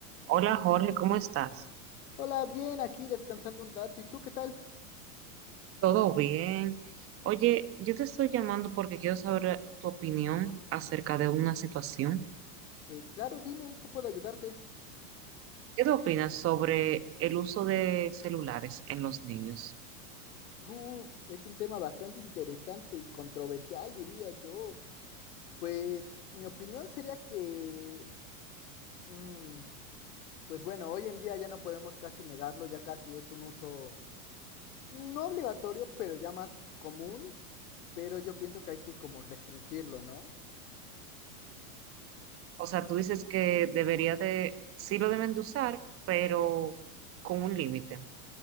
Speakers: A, on the right; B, on the left.
A: Hola Jorge, ¿cómo estás?
B: Hola, bien, aquí descansando un rato. ¿Y tú qué tal?
A: ¿Todo bien? Oye, yo te estoy llamando porque quiero saber tu opinión acerca de una situación.
B: Eh, claro, dime en qué puedo ayudarte.
A: ¿Qué tú opinas sobre el uso de celulares en los niños?
B: Uf, es un tema bastante interesante y controversial, diría yo. Pues mi opinión sería que, mm, pues bueno, hoy en día ya no podemos casi negarlo, ya casi es un uso no obligatorio, pero ya más común, pero yo pienso que hay que como restringirlo, ¿no?
A: O sea, tú dices que debería de, sí lo deben de usar, pero con un límite.